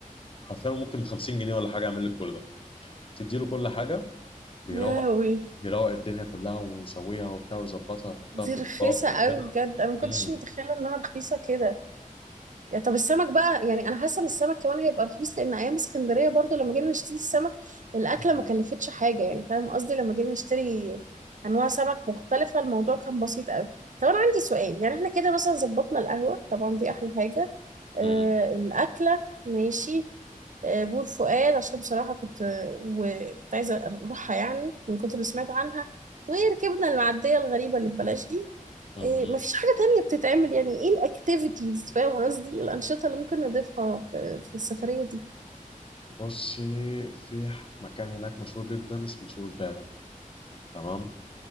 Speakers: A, on the left; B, on the right.
A: حرفيا ممكن ب 50 جنيه ولا حاجه يعمل لك كل ده تدي له كل حاجه بيروق
B: يا لهوي
A: بيروق الدنيا كلها ويسويها وبتاع ويظبطها ويحطها
B: دي
A: في
B: رخيصه
A: اطباق وكده
B: قوي بجد انا ما كنتش
A: مم.
B: متخيله انها رخيصه كده يعني طب السمك بقى يعني انا حاسه ان السمك كمان هيبقى رخيص لان ايام اسكندريه برضو لما جينا نشتري السمك الاكله
A: مم.
B: ما كلفتش حاجه يعني فاهم قصدي لما جينا نشتري انواع سمك مختلفه الموضوع كان بسيط قوي طب انا عندي سؤال يعني احنا كده مثلا ظبطنا القهوه طبعا دي احلى حاجه آه
A: مم.
B: الاكله ماشي آه بور فؤاد عشان بصراحه كنت وكنت عايزه اروحها يعني من كتر اللي سمعت عنها وركبنا المعديه الغريبه اللي ببلاش دي
A: مم.
B: إيه مفيش حاجة تانية بتتعمل يعني ايه الاكتيفيتيز فاهم قصدي إيه الأنشطة اللي ممكن نضيفها في, في السفرية دي
A: بصي في مكان هناك مشهور جدا اسمه سوق البالة تمام